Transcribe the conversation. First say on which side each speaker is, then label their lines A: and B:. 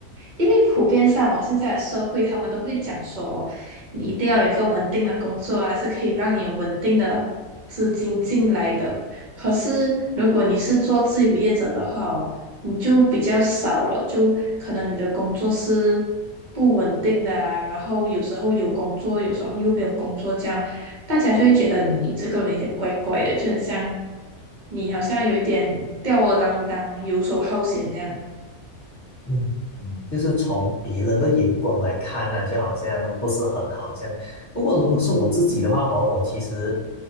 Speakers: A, on the right; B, on the left.
A: 因为普遍上哦，现在的社会他们都会讲说，你一定要有一个稳定的工作啊，是可以让你有稳定的资金进来的。可是如果你是做自由业者的话哦，你就比较少了，就可能你的工作是不稳定的啊，然后有时候有工作，有时候又没有工作这样。大家就会觉得你这个人有点怪怪的，就很像你好像有一点吊儿郎当、游手好闲那样，
B: 嗯，嗯就是从别人的眼光来看呢、就好像不是很好这样。不过如果是我自己的话哦，我其实